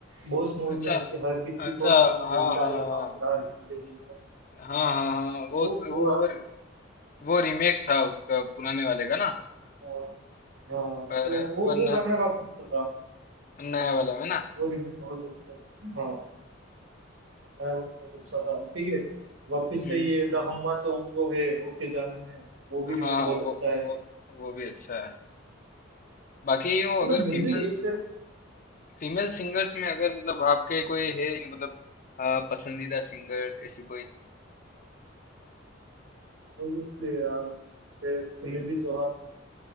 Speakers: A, on the right; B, on the left.
A: बॉस मूवी
B: अच्छा
A: में कि हर किसी
B: अच्छा
A: को नहीं
B: हाँ
A: मिलता
B: हाँ हाँ
A: यहाँ प्यार जिंदगी में
B: हाँ हाँ हाँ, वो
A: वो वो
B: वो
A: गा
B: वो, वो रीमेक था उसका पुराने वाले का ना
A: हाँ हाँ,
B: पर
A: तो वो
B: पर
A: वो
B: न-
A: गाना काफी अच्छा था
B: नए वाले में ना
A: वो रिमिक्स बहुत अच्छा था हाँ। मैं बोला बहुत अच्छा था ठीक है वापस
B: हम्म
A: से ये द हम्मा सॉन्ग जो है ओके जानू में वो भी
B: हाँ
A: रिमेक बहुत
B: हाँ, वो
A: अच्छा है
B: वो वो भी अच्छा है बाकी यूँ
A: मतलब
B: अगर
A: म्यूजिक
B: फीमेल्स
A: एक तरह
B: फीमेल सिंगर्स में अगर मतलब आपके कोई है यूँ मतलब अ, पसंदीदा सिंगर ऐसी कोई
A: ऑब्वियसली यार फिर सुनिधि चौहान